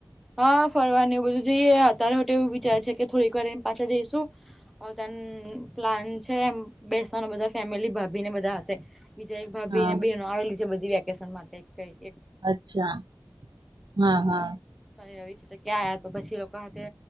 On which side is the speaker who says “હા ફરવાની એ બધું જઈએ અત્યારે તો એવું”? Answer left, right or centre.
Centre